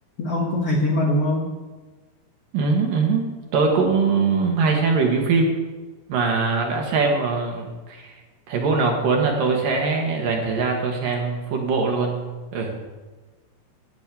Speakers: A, on the left; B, on the right.
A: Ông cũng thấy thế mà đúng không?
B: Ừ, ừ. Tôi cũng hay xem review phim mà đã xem mà thấy bộ nào cuốn là tôi sẽ dành thời gian tôi xem full bộ luôn. Ừ.